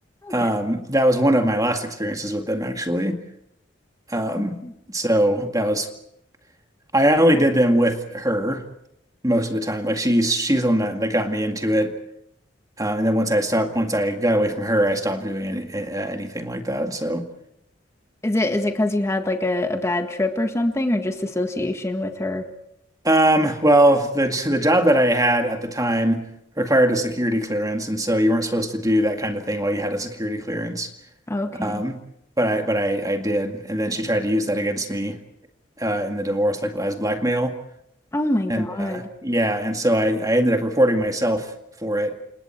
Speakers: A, on the left; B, on the right.
A: Okay.
B: Um, that was one of my last experiences with them actually. Um,
A: Um,
B: so that was I only did them with her most of the time. Like she's she's the one that, that got me into it. Uh, and then once I stopped, once I got away from her, I stopped doing any, a- anything like that. So,
A: Is it is it 'cause you had like a, a bad trip or something or just association with her?
B: um, well, the the job that I had at the time required a security clearance, and so you weren't supposed to do that kind of thing while you had a security clearance.
A: Okay.
B: Um, but I but I I did, and then she tried to use that against me uh, in the divorce, like as blackmail.
A: Oh my
B: And
A: God.
B: uh, yeah, and so I, I ended up reporting myself for it.